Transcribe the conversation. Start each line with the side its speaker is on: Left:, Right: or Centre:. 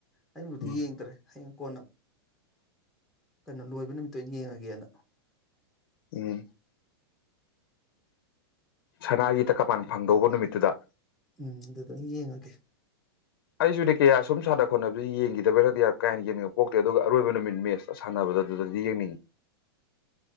Centre: ꯑꯩꯕꯨꯗꯤ
Left: ꯎꯝ
Centre: ꯌꯦꯡꯗ꯭ꯔꯦ ꯍꯌꯦꯡ ꯀꯣꯟꯅ ꯀꯩꯅꯣ ꯂꯣꯏꯕ ꯅꯨꯃꯤꯠꯇ ꯑꯣꯏꯅ ꯌꯦꯡꯉꯒꯦꯅ
Left: ꯎꯝ ꯁꯅꯥꯒꯤꯗ ꯇꯀꯄꯥꯟ ꯐꯪꯗꯧꯕ ꯅꯨꯃꯤꯠꯇꯨꯗ
Centre: ꯎꯝ ꯑꯗꯨꯗ ꯌꯦꯡꯉꯒꯦ
Left: ꯑꯩꯁꯨꯅꯤ ꯀꯌꯥ ꯁꯨꯝ ꯁꯥꯟꯅ ꯈꯣꯠꯅꯕꯁꯤ ꯌꯦꯡꯈꯤꯗꯕꯩꯔꯗꯤ ꯀꯥ ꯍꯦꯟꯅ ꯌꯦꯡꯅꯤꯡꯕ ꯄꯣꯛꯇꯦ ꯑꯗꯨꯒ ꯑꯔꯣꯏꯕ ꯅꯨꯃꯤꯠ ꯃꯦꯁꯇꯣ ꯁꯥꯟꯅꯕꯗ ꯑꯗꯨꯗꯗꯤ ꯌꯦꯡꯅꯤꯡꯉꯤ